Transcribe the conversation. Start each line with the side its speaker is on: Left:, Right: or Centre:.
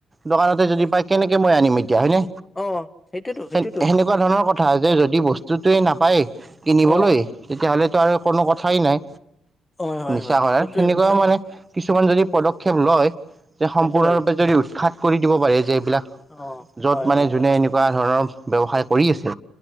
Right: দোকানতে যদি পায় কেনেকে মই আনিম এত এতিয়া হয় নে।
Left: অ সেইটোয়েতো সেইটোয়েতো
Right: সে-সেনেকুৱা ধৰণৰ কথ কথা, আজে যদি বস বস্তুটোৱে নাপায়, কিনিবলৈ
Left: অ
Right: তেতিয়াহ'লে ত আৰু কোনো কথাই নাই।
Left: হয়
Right: নিচা হয়,
Left: সেইটোয়ে
Right: সেনেকুৱাও
Left: কৈছা
Right: মানে কিছুমান যদি পদক্ষেপ লয় যে সম্পূৰ্ণৰূপে
Left: একেবাৰে
Right: উৎখাত কৰি দিব পাৰে যে বিলাক
Left: অ
Right: য'ত
Left: হয়
Right: মানে
Left: হয়
Right: যোনে
Left: হয়
Right: এনেকুৱা ধৰণৰ ব্যৱসায় কৰি আছে?